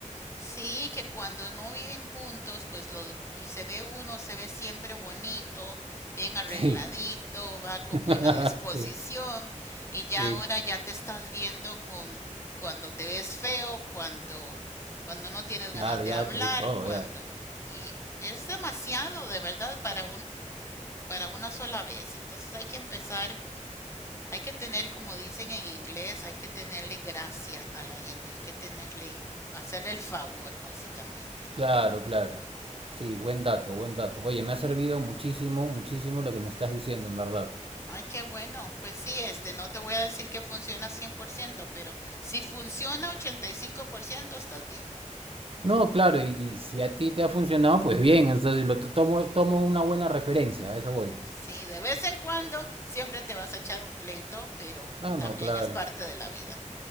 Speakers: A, on the left; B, on the right.
A: Sí, que cuando no viven juntos, pues los y se ve uno, se ve siempre bonito, bien arregladito,
B: Sí,
A: va con
B: <laughs>
A: buena disposición
B: sí,
A: y ya
B: sí,
A: ahora ya te estás viendo con cuando te ves feo, cuando cuando no tienes
B: claro,
A: ganas de
B: ya
A: hablar,
B: te ves todo,
A: cuando
B: ya.
A: y es demasiado de verdad para un para una sola vez. Entonces hay que empezar hay que tener, como dicen en inglés, hay que tenerle gracia a la gente, hay que tenerle, hacerle el favor, básicamente, ¿no?
B: Claro, claro. Sí, buen dato, buen dato. Oye,
A: Sí.
B: me ha servido muchísimo, muchísimo lo que me estás diciendo, en verdad.
A: Ay, qué bueno. Pues sí, este, no te voy a decir que funciona 100%, pero si funciona 85% estás bien.
B: No, claro, y, y si a ti te ha funcionado, pues bien, entonces lo to- tomo, tomo una buena referencia, a eso voy.
A: Sí, de vez en cuando siempre te vas a echar un pleito, pero
B: No,
A: también
B: no, claro.
A: es parte de la vida.